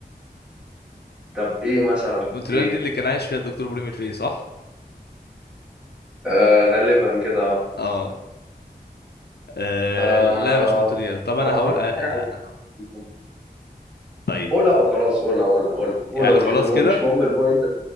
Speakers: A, in the centre; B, on the left (about 80°).
A: طب إيه مثلا
B: مونتريال
A: إيه
B: دي اللي كان عايش فيها الدكتور ابراهيم الفقي صح
A: آه غالبا كده آه
B: اه آه،
A: آه،
B: لا مش مونتريال طب انا
A: ما أنا ما
B: هقول
A: أعرفش
B: آه، آه،
A: حاجة عن
B: آه،
A: <laughs>
B: طيب
A: قولها وخلاص قولها قولها قولها قولها
B: يعني
A: مش
B: خلاص
A: مهم
B: كده
A: مش مهم البوينت